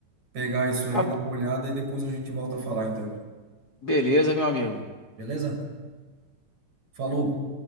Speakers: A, on the right; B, on the left.
A: pegar isso aí,
B: Tá,
A: dar uma olhada e depois a gente volta a falar, então.
B: beleza, meu amigo.
A: Beleza? Falou!